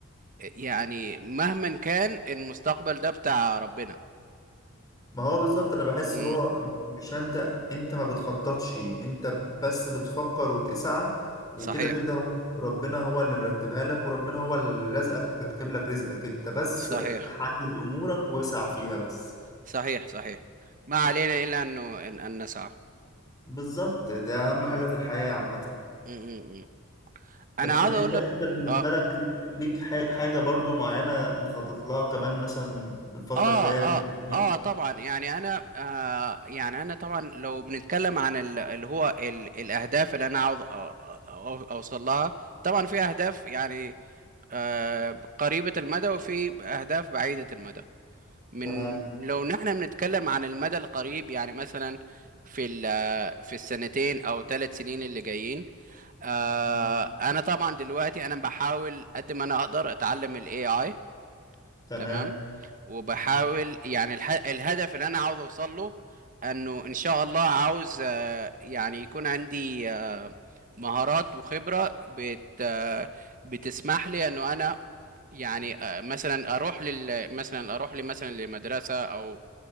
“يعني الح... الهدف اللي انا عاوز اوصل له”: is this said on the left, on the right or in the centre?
Right